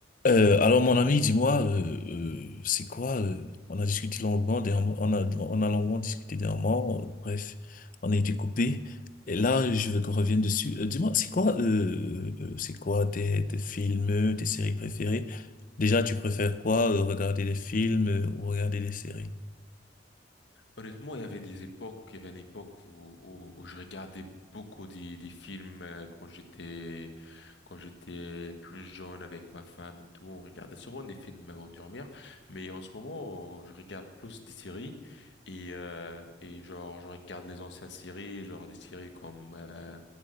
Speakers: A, on the left; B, on the left.
A: Euh, alors mon ami, dis-moi, euh, euh, c'est quoi euh, On a discuté longuement, dernièrement- on a, on a longuement discuté dernièrement, euh, bref, on a été coupé. Et là, je veux qu'on revienne dessus. Euh, dis-moi, c'est quoi, euh, euh, euh, c'est quoi tes, tes films, tes séries préférées? Déjà, tu préfères quoi, euh, regarder des films euh, ou regarder des séries?
B: Honnêtement, il y avait des époques, il y avait une époque où, où, où je regardais beaucoup des, des films euh, quand j'étais quand j'étais plus jeune avec ma femme et tout. On regardait souvent des films avant de dormir, mais en ce moment, je regarde plus des séries et euh, et genre je regarde les anciennes séries, genre des séries comme euh,